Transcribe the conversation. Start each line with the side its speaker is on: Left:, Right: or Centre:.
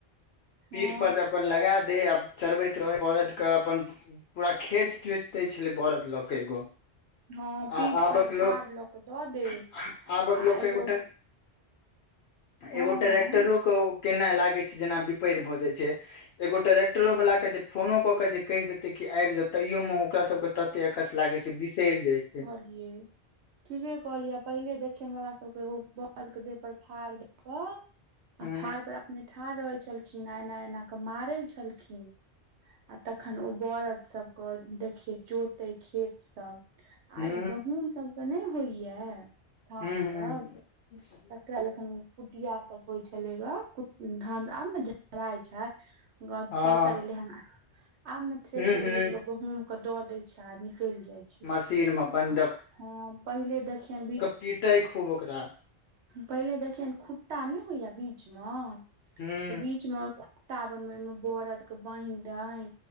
Left: पीठ
Right: हँ
Left: पर ज अपन लगे आब चरबैत रहै बरद के अपन पूरा खेत जोत दै छले बरद लऽ के एगो
Right: हँ पीठ
Left: आ आबक
Right: पर फाड़
Left: लोक
Right: लऽ कऽ दऽ दे
Left: आबक
Right: आ
Left: लोक क
Right: एगो
Left: कट
Right: हँ
Left: एगो ट्रेक्टरोे
Right: हँ
Left: केनाइ लागैत छै जेना विपैत भऽ जाइत छै एगो ट्रेक्टरो वाला के जे फोनो कऽ के जे कहि देते क आबि जाउ तैयो मे ओकरा सबके तऽ कते अकस लागे छै बिसरि जाइ छै
Right: हुँ ठीके कहलियै आ पहिले देखियनि हमरा सभके ओ बरद के देह पर फाड़ दऽ कऽ
Left: हूँ
Right: आ फाड़पर अपने ठाढ़ रहै छलखिन आ एना एना कऽ मारै छलखिन आ तखन ओ बरद सब के देखिये चो ते खेत सब
Left: हूँ
Right: आ ई गहूँम सबके नहि होइया धान
Left: हूँ
Right: सब
Left: हूँ <inaudible>
Right: तकरा जखन कुटिया सभ होइ छलै ग धान आब ने जराइ छै ग
Left: हँ
Right: थ्रेसर एलै हन आब ने थ्रेसर
Left: हूँ हूँ
Right: एलै जे लोक गहूम क दऽ दै छै आ निकल जाइ छै
Left: मशीन मे अपन
Right: हँ पहिले देखियनि बि
Left: पिटै खूब ओकरा
Right: पहिले देखियनि खुट्टा नहि होइया बीचमे
Left: हूँ
Right: तऽ बीच मे टावनमे ओइमे बरदके बान्हि दैन